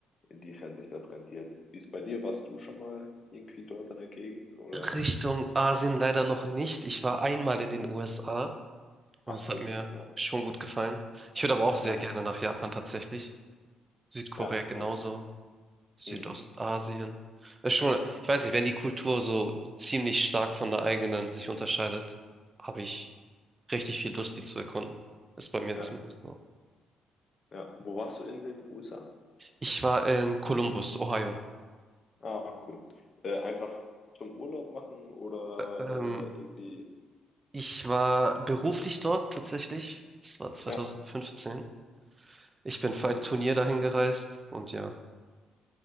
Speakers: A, on the left; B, on the right.
A: inwiefern sich das rentiert. Wie ist bei dir? Warst du schon mal irgendwie dort in der Gegend oder?
B: Richtung Asien leider noch nicht. Ich war einmal in den USA und
A: Ach
B: es hat
A: cool.
B: mir
A: Ja,
B: schon gut gefallen. Ich würde aber auch sehr
A: ja,
B: gerne nach Japan tatsächlich. Südkorea
A: ja,
B: genauso.
A: alles.
B: Südostasien.
A: Mhm.
B: Ist schon, ich weiß nicht, wenn die Kultur so ziemlich stark von der eigenen sich unterscheidet, habe ich richtig viel Lust, die zu erkunden. Ist bei mir
A: Ja,
B: zumindest so.
A: ja. Wo warst du in den USA?
B: Ich war in Columbus, Ohio.
A: Ah, cool. Äh, einfach zum Urlaub machen oder
B: Ähm,
A: äh, irgendwie.
B: ich war beruflich dort tatsächlich. Es war 2015.
A: Ja.
B: Ich bin für
A: Mhm.
B: ein Turnier dahin gereist und ja,